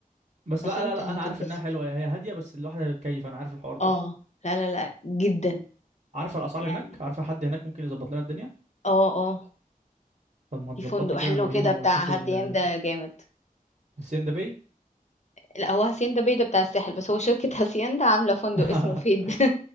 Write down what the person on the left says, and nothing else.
بس
انت
هتتبسط
اه لا لا لا جدا
يعني
اه اه
في فندق
حلو
كده بتاع
هاسيندا
جامد
لا هو هاسيندا بيدا بتاع الساحل بس هو شركه <laughs> هاسيندا عامله فندق
اسمه فيد